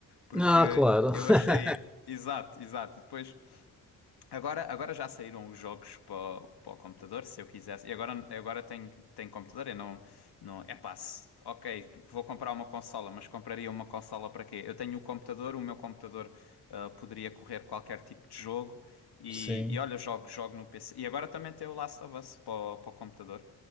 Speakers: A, on the left; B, in the centre.
A: porque
B: Ah, claro.
A: eu achei,
B: <laughs>
A: exato, exato, e depois Agora, agora já saíram os jogos para para o computador, se eu quisesse. E agora, agora tenho, tenho computador, eu não, não... É passe. Ok, vou comprar uma consola, mas compraria uma consola para quê? Eu tenho o computador, o meu computador ah, poderia correr qualquer tipo de jogo. E,
B: Sim,
A: e olha, jogo, jogo no PC. E agora também tem o Last of Us para o para o computador.